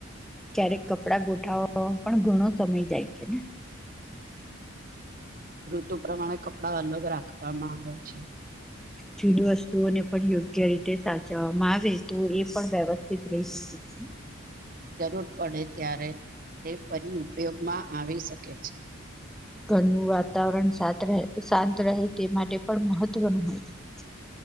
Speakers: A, in the centre; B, on the right.
A: ક્યારેક કપડા ગોઠવાવામાં પણ ઘણો સમય જાય છે, ને
B: હ ઋતુ પ્રમાણે કપડા અલગ રાખવામાં આવે છે.
A: જુની વસ્તુઓને પણ યોગ્ય રીતે સાચવવામાં આવે તો એ પણ વ્યવસ્થિત રહી શકે છે. ને
B: જરૂર પડે ત્યારે તે ફરી ઉપયોગમાં આવી શકે છે.
A: ઘરનું વાતાવરણ સાત રહે શાંત રહે તે માટે પણ મહત્વનું હોય છે.